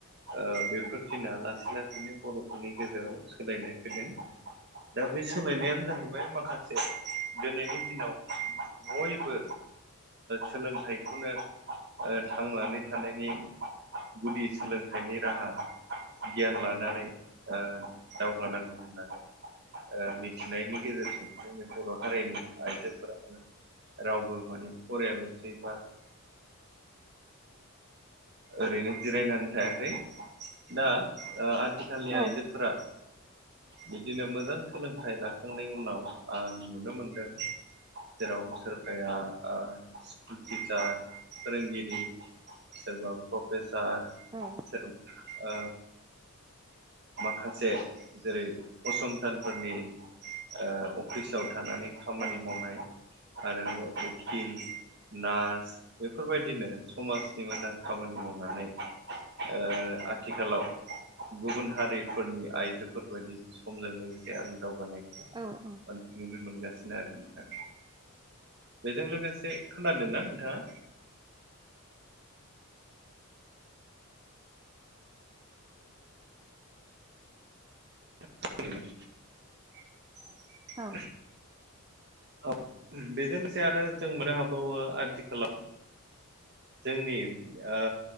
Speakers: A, on the right; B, on the right.
A: ओ बेफोर दिना लासै लासैनो बर'फोरनि गेजेराव सोलायनाय फैदों दा बे सोलायनायानो जाहैबाय माखासे दिनैनि दिनाव बयबो सोलोंथाइखौनो थांनानै थानायनि गुदि सोलोंथाइनि राहा गियान लानानै ओ दावगानांगौ होननानै ओ मिथिनायनि गेजेरजों जोंनि बर' हारिनि आइजोफोराबो रावबो माने फरायल'सै बा ओरैनो जिरायनानै थायाखै दा आथिखालनि
B: औ
A: आइजोफोरा बिदिनो मोजां सोलोंथाइ लाखांनायनि उनाव आं नुनो मोनदों जेराव सोर जाया स्कुल टिचार फोरोंगिरि सोरबा प्रफेसार
B: औ
A: ओ माखासे जेरै फसंथानफोरनि ओ अफिसाव थानानै खामानि
B: औ
A: मावनाय आरो उखिल नार्स बेफोरबायदिनो समाजनि मोजां खामानि मावनानै ओ आथिखालाव गुबुन हारिफोरनि आइजोफोरबायायदि समजों लोगोसे आं दावगानायखौ
B: औ औ
A: नुनो मोनगासिनो आरो नोंथां बेजों लोगोसे खोनादों न नोंथाङा <inaudible>
B: औ
A: औ बेजों लोगोसे आरो जों मोननो हाबावो आथिखालाव जोंनि ओ